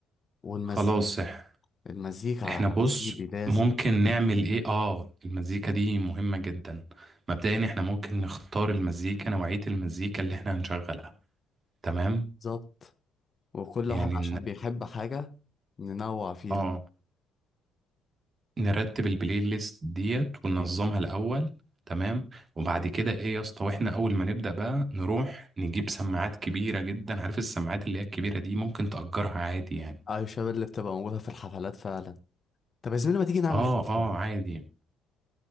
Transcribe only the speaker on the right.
خلاص إح-
احنا بص
ممكن نعمل ايه اه المزيكا دي مهمة جدا مبدئيا احنا ممكن نختار المزيكا نوعية المزيكا اللي احنا هنشغلها تمام
يعني
اه نرتب البلاي ليست ديت وننظمها الاول تمام وبعد كده ايه يا اسطى واحنا اول ما نبدا بقى نروح نجيب سماعات كبيره جدا عارف السماعات اللي هي الكبيره دي ممكن تأجرها عادي يعني
اه
اه عادي